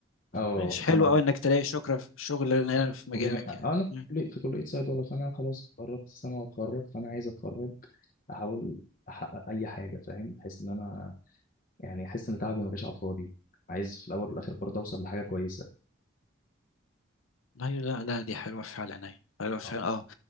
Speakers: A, on the left; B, on the left.
A: اه
B: ماشي حلو
A: انا
B: قوي انك تلاقي شكرا في شغل هنا
A: فاهم؟
B: في مجالك
A: وبما آه،
B: يعني
A: انا في
B: مم.
A: كلية في كلية صيدلة فانا خلاص اتخرجت السنة واتخرج فانا عايز اتخرج احاول احقق اي حاجة فاهم بحيث ان انا يعني احس ان تعبي ما جاش على الفاضي عايز في الاول والاخر برضه اوصل لحاجة كويسة
B: ايوه لا لا دي حلوه فعلا ايوه حلوه فعلا
A: آه.
B: اه